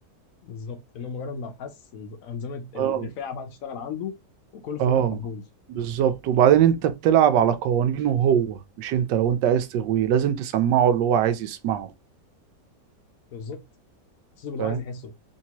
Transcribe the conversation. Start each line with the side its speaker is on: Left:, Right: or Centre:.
Left: بالظبط انه مجرد لو حس إن انظمه
Right: اه
Left: الدفاع بقى تشتغل عنده وكل خطتك
Right: اه
Left: هتبوظ
Right: بالظبط وبعدين انت بتلعب على قوانينه هو مش انت لو انت عايز تغويه لازم تسمعه اللي هو عايز يسمعه
Left: بالظبط حسيته باللي
Right: فاهم
Left: هو عايز يحسه